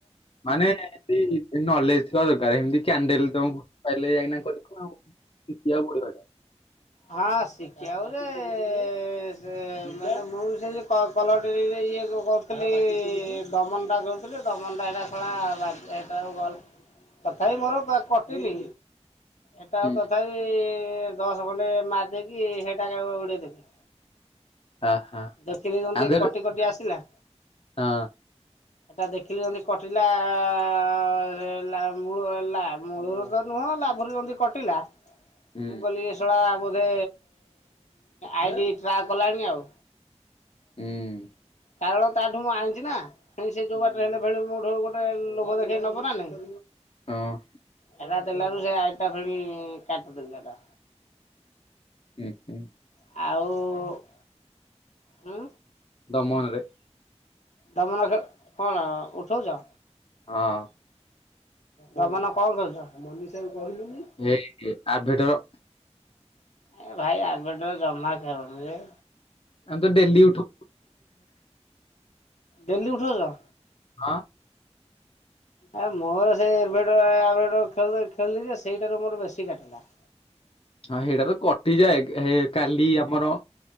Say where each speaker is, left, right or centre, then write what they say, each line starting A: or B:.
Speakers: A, on the left (about 55°); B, on the left (about 80°).
A: ମାନେ ଏନ୍ତି ନଲେଜ ଥିବା ଦରକାର। ଏମିତି କ୍ୟାଣ୍ଡେଲ ତମକୁ ଫାଇଲେ ଯାଇକିନା କରିବୁନା ଆଉ ଶଖିବାକୁ ପଡିବ ହେଟା।
B: ହଁ ଶିଖିବାକୁ ଯେ ସେ ମାନେ ମୁଁ ବି ସେଇ ଯୋଉ କ କଲର ଟ୍ରେଡିଂ ରେ ଇଏ କରୁ ଥିଲି ଦମନଟା ଦଉଥିଲି ଦମନଟା ଏଇଟା ଶଳା ବାଜେ ହେଟା ସବୁ ଗଲ୍ ତଥାପି ମୋର କଟିନି। ଏଟା
A: ହୁଁ
B: ଆଉ ତଥାପି କଣ୍ଟେ ମାରଦେଇକି ହେଟା ସବୁ ଉଡେଇଦଲି।
A: ଆ ହା
B: ଦେଖିଲି ଯେମିତି
A: ଆଗରେ
B: କଟି କଟି ଆସିଲା
A: ହଁ
B: ଏଟା ଦେଖିଲି ଯେମିତି କଟିଲା-ଲା-ମୁ-ଲା-ମୂଳରୁ ତ ନୁହଁ ଲାଭରୁ ଯେମିତି କଟିଲା।
A: ହୁଁ
B: ମୁଁ କହିଲି ଏ ଶଳା ବୋଧେ ଆଇଡି ଟ୍ରାକ୍ କଲାଣି ଆଉ।
A: ହୁଁ।
B: କାରଣ ତାଠୁ ମୁଁ ଆଣିଛି ନା। ଫେଣି ସେ ଯୋଉ ବାଟରେ ହେଲେ ଫେଣି ମୋଠୁ ଗୋଟେ ଲୋଭ ଦେଖେଇ ନବ ନା ନାଇଁ।
A: ହଁ
B: ହେଟା ଦେଲାରୁ ସେ ଆଇଡି ଫେଣି କାଟିଦେଲି ହେଇଟା।
A: ହୁଁ-ହୁଁ।
B: ଆଉ ହୁଁ।
A: ଦମନରେ
B: ଦମନ ଖେ କଣ ଉଠଉଚ?
A: ହଁ।
B: ଦମନ କଣ ଖେଳୁଚ?
A: ହେଇକି ଆଭେଟର
B: ଏ ଭାଇ ଆଭେଟର ଜମା ଖେଳନି ରେ।
A: ଆମେ ତ ଡେଲି ଉଠଉ
B: ଡେଲି ଉଠୋଉଚ?
A: ହଁ
B: ଆ ମୋର ସେଇ ଏବେଟର ଅଭେଟର ଖେଳ ଖେଳିଲି ଯେ ସେଇଟାରୁ ମୋର ବେଶୀ କାଟିଲା।
A: ହଁ ହେଇଟା ତ କଟିଯାଏ। କାଲି ଆମର